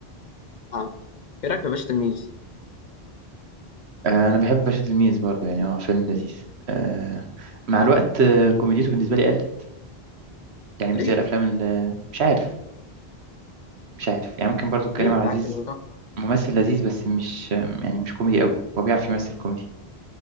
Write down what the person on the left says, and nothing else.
آه. إيه رأيك في باشا تلميذ؟
تحفة
ليه؟
ليه
بالعكس
ده تحفة